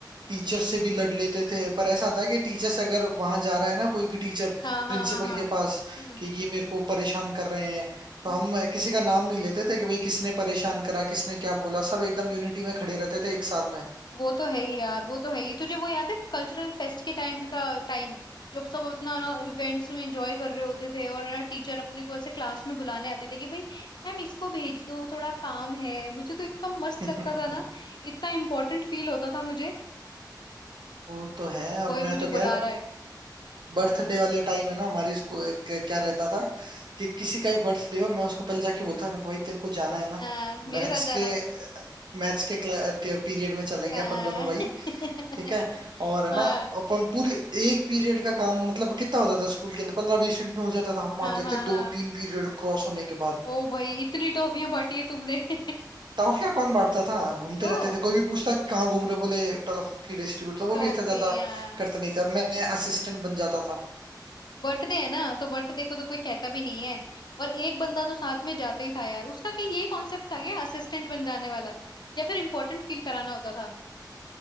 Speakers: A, on the right; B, on the left.
A: टीचर से भी लड़ लेते थे पर ऐसा था कि टीचर से अगर वहां जा रहा है ना कोई भी टीचर
B: हाँ हाँ
A: प्रिंसिपल
B: हाँ हाँ
A: के पास
B: हम्म
A: कि ये मेरे को परेशान कर रहे हैं तो
B: हम्म
A: हम किसी का नाम नहीं लेते थे कि भाई किसने परेशान करा किसने क्या बोला सब एकदम यूनिटी में खड़े रहते थे एक साथ में
B: वो तो है ही यार वो तो है ही तुझे वो याद है कल्चरल फेस्ट के टाइम का टाइम जब सब अपना ना इवेंट्स में एंजॉय कर रहे होते थे और ना टीचर अपने को ऐसे क्लास में बुलाने आते थे कि भाई मैम इसको भेज दो थोड़ा काम है मुझे तो इतना मस्त
A: <laughs>
B: लगता था ना इतना इम्पोर्टेंट फील होता था मुझे
A: वो तो है और
B: कोई मुझे
A: मैं तो क्या
B: बुला
A: है,
B: रहा है
A: बर्थडे वाले टाइम है ना हमारी स्कूल
B: हम्म
A: क्या रहता था कि किसी का भी बर्थडे हो मैं उसको पहले जाके बोलता था ना, भाई तेरे को जाना है ना
B: हाँ मेरे
A: मैथ्स
B: साथ जाना
A: के मैथ्स के पीरियड में चलेंगे
B: हाँ
A: अपन दोनों
B: <laughs>
A: भाई ठीक है और है
B: हाँ
A: ना अपन पूरी एक पीरियड का काम मतलब कितना होता था स्कूल के अंदर पंद्रह बीस मिनट में हो जाता था हम
B: हाँ
A: आते
B: हाँ
A: थे
B: हाँ।
A: दो तीन पीरियड क्रॉस होने के बाद
B: ओ भाई इतनी टॉफियां बांटी है तुमने <laughs>
A: टॉफियां कौन बांटता था घूमते
B: तो
A: रहते थे कोई भी पूछता कहाँ घूम रहे हो?" बोले टॉफी डिस्ट्रीब्यूट तो
B: टॉफियां
A: वो भी ऐसा ज्यादा करते नहीं थे और मैं असिस्टेंट बन जाता था
B: बर्थडे है ना तो बर्थडे को तो कोई कहता भी नहीं है और एक बंदा तो साथ में जाता ही था यार उसका क्या यही कॉन्सेप्ट आ गया असिस्टेंट बन जाने वाला या फिर इम्पोर्टेंट फील कराना होता था